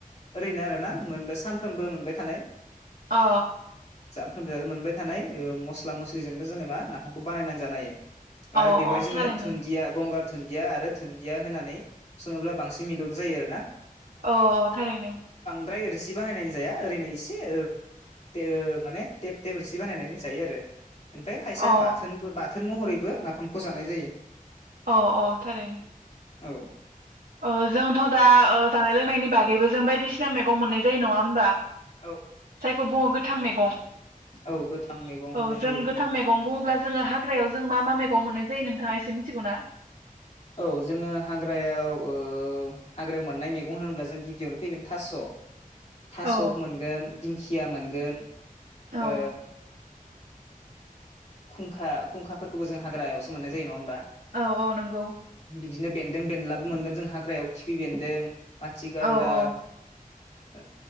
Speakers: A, on the left; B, on the right.
A: ओरैनो आरोना मोन सानफ्रोमबो मोनबाय थानाय
B: अ
A: जामफ्रोम जावोम मोनबाय थानाय ओह मस्ला मस्लिजोंनो जोङो मा नाफामखौ बानायनानै जानो हायो आरो
B: अ
A: बेवहाय
B: अ
A: जोङो
B: थारैनो
A: थुनद गंगार दुन्दिया आरो दुन्दिया होनानै सोङोब्ला बांसिन मिलौद जायो आरो ना
B: अह थारैनो
A: फ्राय रोसि बानायनानै जाया ओरैनो एसे ओह तो माने टेब टेब रोसि बानायनानै जायो आरो। ओमफ्राय खायसेया
B: अ
A: बाथोनबो बा थोन महरैबो नाफामखौ जानाय जायो।
B: अ अ थारैनो
A: औ।
B: ओह जोंथ' दा ओह जानाय लोंनायनि बागैबो जों बायदिसिना मैगं मोननाय जायो नङा होमबा।
A: औ औ
B: जायखौ बुङो गोथां मैगं
A: औ गोथां मैगं मोननाय
B: औ जों
A: जायो
B: गोथां मैगं बुङोब्ला जोङो हाग्रायाव। जों मा मा मैगं मोननाय जायो नोंथाङा एसे मिथिगौ ना?
A: औ जोङो हाग्रायाव ओह हाग्रायाव मोननाय मैगं होनोब्ला जों गिबियावनो फैगोन थास' थास'
B: औ
A: मोनगोन दिंखिया मोनगोन
B: औ
A: ओ खुंखा खुंखाफोरखौबो जों हाग्रायावसो मोननाय जायो नङा होमबा
B: औ औ नोंगौ
A: दिनो बेन्दों बेनलाबो मोनगोन जों हाग्रायाव खिफि बेन्दों माथिगालदाब
B: औ औ
A: ओ